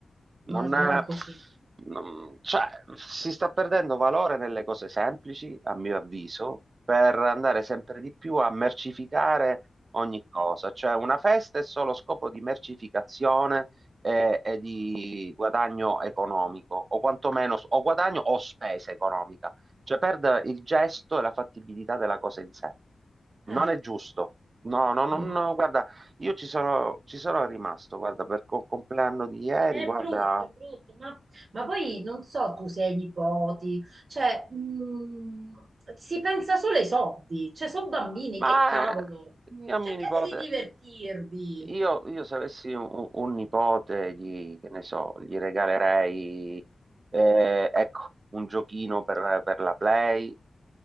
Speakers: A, on the right; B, on the right.
A: ma
B: Non è-
A: non così.
B: non- cioè, si sta perdendo valore nelle cose semplici, a mio avviso, per andare sempre di più a mercificare ogni cosa. Cioè, una festa è solo scopo di mercificazione e, e di guadagno economico, o quantomeno o guadagno o spesa economica. Cioè, perde il gesto e la fattibilità della cosa in sé.
A: Eh,
B: Non è giusto. No, no, no,
A: no.
B: no, guarda. Io ci sono, ci sono rimasto, guarda, per il compleanno di ieri,
A: È
B: guarda,
A: brutto, è brutto, ma, ma poi non so tu se hai nipoti, cioè mm, si pensa solo ai soldi, cioè sono bambini,
B: ma
A: che cavolo,
B: io a mio
A: cercate
B: nipote,
A: di divertirvi.
B: io, io se avessi un, un nipote, gli, che ne so, gli regalerei, eh, ecco, un giochino per, per la Play,